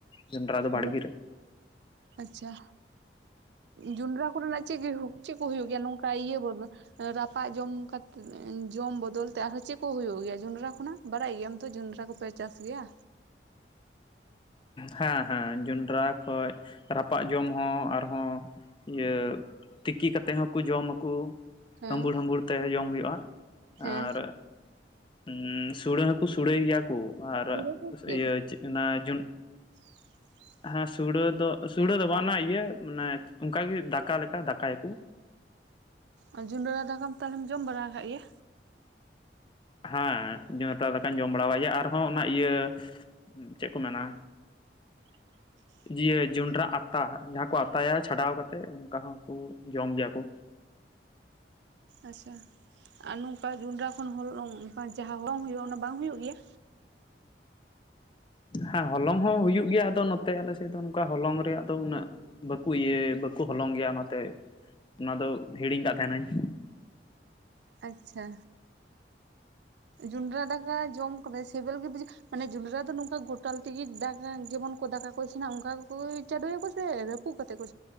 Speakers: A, on the left; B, on the right.
A: ᱡᱚᱱᱰᱨᱟ ᱫᱚ ᱵᱟᱲᱜᱮ
B: ᱜᱤᱯ,
A: ᱨᱮ᱾
B: ᱟᱪᱪᱷᱟ᱾ ᱡᱩᱱᱰᱨᱟ ᱠᱚᱨᱮᱱᱟᱜ ᱪᱮᱫ ᱜᱤᱦᱩ ᱪᱮᱫ ᱠᱚ ᱦᱩᱭᱩᱜ ᱜᱮᱭᱟ ᱱᱚᱝᱠᱟ ᱤᱭᱟᱹ ᱵᱚᱫᱚ ᱨᱟᱯᱟᱜ ᱡᱚᱢ ᱠᱟᱛᱮ ᱡᱚᱢ ᱵᱚᱫᱚᱞ ᱛᱮ ᱟᱨᱦᱚᱸ ᱪᱮᱫ ᱠᱚ ᱦᱩᱭᱩᱜ ᱜᱮᱭᱟ ᱡᱩᱱᱰᱨᱟ ᱠᱷᱚᱱᱟᱜ? ᱵᱟᱲᱟᱭ ᱜᱤᱭᱟᱢ ᱛᱚ ᱡᱩᱱᱰᱨᱟ ᱠᱚᱯᱮ ᱪᱟᱥ ᱜᱮᱭᱟ?
A: ᱦᱮᱸ ᱦᱮᱸ, ᱡᱚᱱᱰᱨᱟ ᱠᱷᱚᱡ ᱨᱟᱯᱟᱜ ᱡᱚᱢ ᱦᱚᱸ ᱟᱨᱦᱚᱸ ᱤᱭᱟᱹ, ᱛᱤᱠᱤ ᱠᱟᱛᱮᱫ ᱦᱚᱸᱠᱩ ᱡᱚᱢ ᱟᱠᱩ᱾
B: ᱦᱮᱸ
A: ᱦᱟᱹᱵᱩᱲ ᱦᱟᱹᱵᱩᱲ ᱛᱮᱦᱚ ᱡᱚᱢ ᱦᱩᱭᱩᱜᱼᱟ
B: ᱦᱮᱸ
A: ᱟᱨ ᱩᱸ, ᱥᱩᱲᱮᱹ ᱦᱚᱸᱠᱩ ᱥᱩᱲᱮᱭ ᱜᱤᱭᱟ ᱠᱩ ᱟᱨ
B: ᱦᱩᱲᱩ ᱫᱚ ᱪᱮᱫ
A: ᱤᱭᱟᱹ ᱪᱤᱜ ᱠᱩ ᱢᱮᱱᱟ ᱡᱩᱱ
B: <unintelligible>
A: ᱦᱮᱸ ᱥᱩᱲᱟᱹ ᱫᱚ ᱥᱩᱲᱟᱹ ᱫᱚ ᱵᱟᱝ ᱚᱱᱟ ᱤᱭᱟᱹ ᱢᱟᱱᱮ ᱚᱱᱠᱟᱜᱤ ᱫᱟᱠᱟ ᱞᱮᱠᱟ ᱫᱟᱠᱟᱭᱟᱠᱩ᱾
B: ᱟᱨ ᱡᱩᱱᱰᱨᱟ ᱫᱟᱠᱟᱢ ᱛᱟᱦᱚᱞᱮᱢ ᱡᱚᱢ ᱵᱟᱲᱟᱣ ᱠᱟᱜ ᱜᱮᱭᱟ?
A: ᱦᱮᱸ ᱡᱩᱱᱰᱨᱟ ᱫᱟᱠᱟᱧ ᱡᱚᱢ ᱵᱟᱲᱟᱣ ᱠᱟᱜ ᱜᱮᱭᱟ ᱟᱨᱦᱚᱸ ᱚᱱᱟ ᱤᱭᱟᱹ ᱪᱮᱫ ᱠᱚ ᱢᱮᱱᱟ?
B: <unintelligible>
A: ᱤᱭᱟᱹ ᱡᱩᱱᱰᱨᱟ ᱟᱛᱟ ᱡᱟᱦᱟᱸ ᱠᱩ ᱟᱛᱟᱭᱟ ᱪᱷᱟᱰᱟᱣ ᱠᱟᱛᱮᱫ ᱚᱱᱠᱟ ᱦᱚᱸᱠᱩ ᱡᱚᱢ ᱜᱮᱭᱟ ᱠᱩ᱾
B: ᱟᱪᱪᱷᱟ, ᱟᱨ ᱱᱩᱝᱠᱟ ᱡᱩᱱᱰᱨᱟ ᱠᱷᱚᱱ ᱦᱚᱞᱚᱝ ᱩᱝᱠᱟᱱ ᱡᱟᱦᱟᱸ ᱵᱟᱝ ᱦᱩᱭᱩᱜᱼᱟ, ᱚᱱᱟ ᱵᱟᱝ ᱦᱩᱭᱩᱜ ᱜᱮᱭᱟ?
A: ᱦᱮᱸ ᱦᱚᱞᱚᱝ ᱦᱚᱸ ᱦᱩᱭᱩᱜ ᱜᱮᱭᱟ ᱟᱫᱚ ᱱᱚᱛᱮ ᱟᱞᱮ ᱥᱮᱫ ᱫᱚ ᱱᱚᱝᱠᱟ ᱦᱚᱞᱚᱝ ᱨᱮᱭᱟᱜ ᱫᱚ ᱩᱱᱟᱹᱜ ᱵᱟᱠᱩ ᱤᱭᱟᱹᱭ ᱵᱟᱠᱩ ᱦᱚᱞᱚᱝ ᱜᱤᱭᱟ ᱚᱱᱟᱛᱮ ᱚᱱᱟ ᱫᱚ ᱦᱤᱲᱤᱧ ᱠᱟᱜ ᱛᱟᱦᱮᱱᱟᱹᱧ᱾
B: ᱟᱪᱪᱷᱟ, ᱡᱩᱱᱰᱨᱟ ᱫᱟᱠᱟ ᱡᱚᱢ ᱠᱟᱫᱟᱭ ᱥᱤᱵᱮᱞ ᱜᱮ ᱵᱩᱡᱷ ᱢᱟᱱᱮ ᱡᱚᱱᱰᱨᱟ ᱫᱚ ᱱᱚᱝᱠᱟ ᱜᱚᱴᱟᱞ ᱛᱮᱜᱮ ᱫᱟᱠᱟ ᱡᱮᱢᱚᱱ ᱠᱚ ᱫᱟᱠᱟ ᱠᱚ ᱤᱥᱤᱱᱟ ᱚᱱᱠᱟ ᱜᱮᱠᱚ ᱪᱟᱰᱳᱭᱟᱠᱚ ᱥᱮ ᱛᱩᱯᱩᱜ ᱠᱟᱛᱮᱫ ᱠᱚ